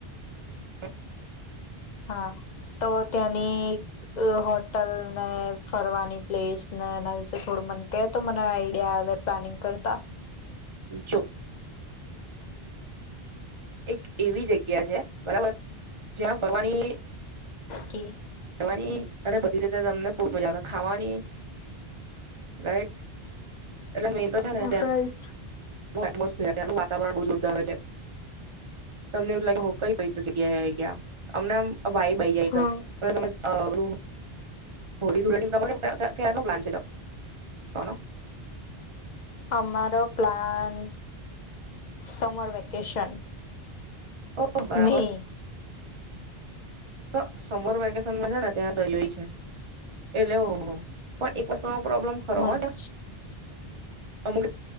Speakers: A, on the right (about 35°); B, on the left (about 50°).
A: હ
B: <inaudible> હા, તો ત્યાંની હોટલ ને ફરવાની પ્લેસ ને એના વિશે થોડું મને કહે તો મને આઈડિયા આવે પ્લાનિંગ કરતા.
A: જો એક એવી જગ્યા છે બરાબર, જ્યાં ફરવાની
B: કે
A: હવાની અને બધી રીતે તમને બહુ મજા આવે ખાવાની રાઈટ. એટલે મેન તો છે ને ત્યાં
B: રાઈટ
A: ત્યાનું એટમોસફિયર ત્યાનું વાતાવરણ બહુ જોરદાર હોય છે, તમને એવું જ લાગે <unintelligible> કઈ જગ્યાએ આઈ... યા અમને આમ વાઈબ આઈ જાય
B: હા
A: એકદમ. <unintelligible> અ. <unintelligible> હોળી, ધુલેટીમાં તમાર ક્યાં કયાં નો પ્લાન છે તમાર, કોનો?
B: અમારો પ્લાન સમર વેકેશન.
A: ઓહ બરાબર.
B: મે
A: તો સમર વેકેશનમાં છે ને ત્યાં દરિયાઈ છે એટલે ઓહ પણ એક વસ્ત ઉ તો પ્રોબ્લેમ ખરો
B: મંચ
A: હો ત્યાં. <unintelligible>